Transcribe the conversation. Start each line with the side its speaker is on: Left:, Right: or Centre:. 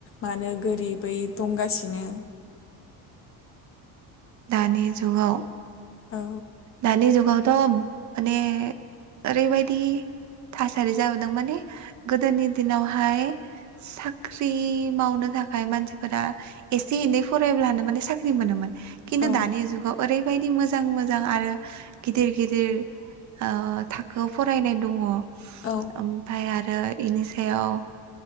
Left: मानो गोरिबै दंगासिनो।
Right: दानि जुगाव
Left: औ
Right: दानि जुगावथ' माने ओरैबायदि थासारि जाबोदों माने गोदोनि दिनावहाय साख्रि मावनो थाखाय मानसिफोरा एसे एनै फरायब्लानो माने साख्रि मोनोमोन खिन्थु
Left: औ
Right: दानि जुगाव ओरैबायदि मोजां मोजां आरो गिदिर गिदिर ओ थाखोआव फरायनाय दङ ओमफाय
Left: औ
Right: आरो इनि सायाव